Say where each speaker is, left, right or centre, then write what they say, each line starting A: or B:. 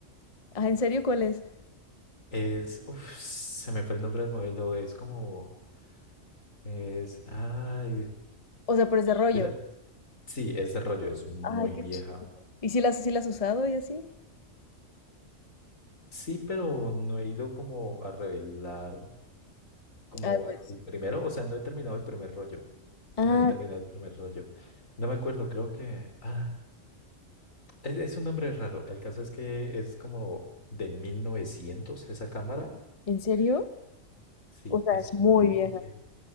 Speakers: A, on the left (about 30°); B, on the left (about 90°).
A: Ah, ¿en serio cuál es?
B: Es, uf, se me fue el nombre del modelo. Es como, es, ay,
A: O sea, pero es de rollo.
B: yo la- sí, es de rollo, es muy
A: Ay, qué
B: vieja.
A: ¿Y si las, si las has usado y así?
B: Sí, pero no he ido como a revelar. como
A: Ah, pues.
B: el primero, o sea, no he terminado el primer rollo.
A: Ah,
B: No he terminado el primer rollo. No me acuerdo, creo que... Ah, es, es un nombre raro. El caso es que es como de 1900 esa cámara.
A: ¿en serio?
B: Sí,
A: O sea,
B: es
A: es muy
B: muy
A: vieja.
B: vieja.